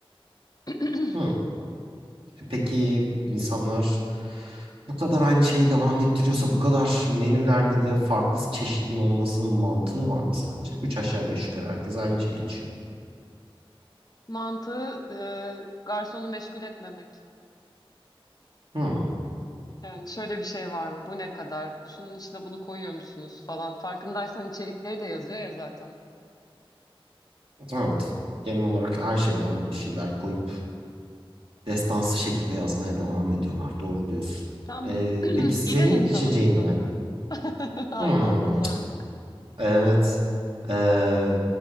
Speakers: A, on the left; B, on the right.
A: <clears throat>
B: Hı. Peki insanlar bu kadar aynı şeyi devam ettiriyorsa bu kadar menülerde de farklı çeşidin olmasının mantığı var mı sence? Üç aşağı beş yukarı herkes aynı şeyi içiyor.
A: Mantığı e, garsonu meşgul etmemek.
B: Hmm,
A: Yani şöyle bir şey var mı? Bu ne kadar? Şunun içine bunu koyuyor musunuz falan. Farkındaysan içerikleri de yazıyor ya zaten.
B: evet. Genel olarak her şeyden bir şeyler koyup destansı şekilde yazmaya devam ediyorlar. Doğru diyorsun.
A: Tam
B: Ee,
A: <clears throat>
B: peki senin
A: bira insanı
B: içeceğin
A: mısın?
B: ne?
A: <laughs> Aynı
B: Hmm,
A: anda sorduk.
B: evet. Ee,